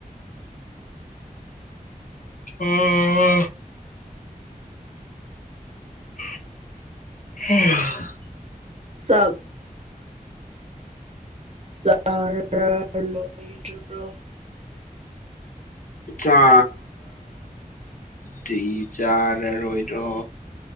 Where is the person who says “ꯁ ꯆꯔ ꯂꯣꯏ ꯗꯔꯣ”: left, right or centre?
Right